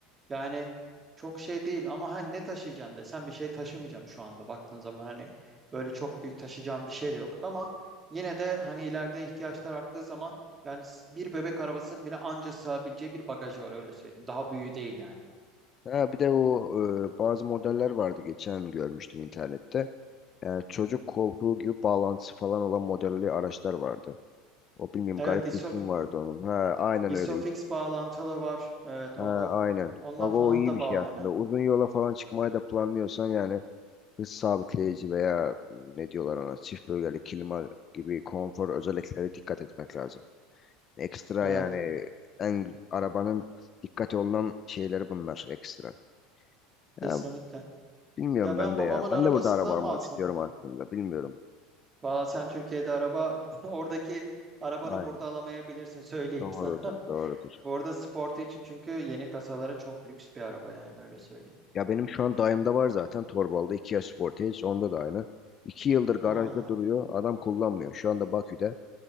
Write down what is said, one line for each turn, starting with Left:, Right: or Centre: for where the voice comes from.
Right: yani çok şey değil ama hani ne taşıyacaksın desen bir şey taşımayacağım şu anda baktığın zaman hani öyle çok büyük taşıyacağım bir şey de yok ama yine de hani ileride ihtiyaçlar arttığı zaman yani s- bir bebek arabasının bile anca sığabileceği bir bagajı var öyle söyleyeyim. Daha büyüğü değil yani.
Left: Ha, bir de o e, bazı modeller vardı geçen görmüştüm internette. Yani çocuk koltuğu gibi bağlantısı falan olan modelli araçlar vardı. O bilmiyorum
Right: Evet
Left: garip
Right: İSOF,
Left: bir ismi vardı onun. Ha, aynen
Right: İSOFIX
Left: öyle.
Right: bağlantılı var. Evet
Left: Ha,
Right: o da
Left: aynen.
Right: onlar
Left: Bak
Right: falan
Left: o iyi
Right: da
Left: bir
Right: bağlanıyor.
Left: şey aslında. Uzun yola falan çıkmayı da planlıyorsan yani hız sabitleyici veya ne diyorlar ona çift bölgeli klima gibi konfor özelliklere dikkat etmek lazım. Ekstra
Right: Evet
Left: yani en arabanın dikkat olunan şeyleri bunlar ekstra.
Right: kesinlikle.
Left: Ya bilmiyorum
Right: Ya ben
Left: ben
Right: babamın
Left: de ya.
Right: arabasından
Left: Ben de burada araba almak
Right: mı alsam
Left: istiyorum
Right: bilirim?
Left: aslında. Bilmiyorum.
Right: Valla sen Türkiye'de araba <laughs> oradaki arabanı
Left: Aynen.
Right: burada alamayabilirsin söyleyeyim
Left: Doğrudur,
Right: sana. <laughs>
Left: doğrudur.
Right: Bu arada sportu için çünkü yeni kasaları çok lüks bir araba yani öyle söyleyeyim.
Left: Ya benim şu an dayımda var zaten Torbalı'da Kia Sportage. Onda da aynı. İki yıldır garajda
Right: Hmm.
Left: duruyor. Adam kullanmıyor. Şu anda Bakü'de.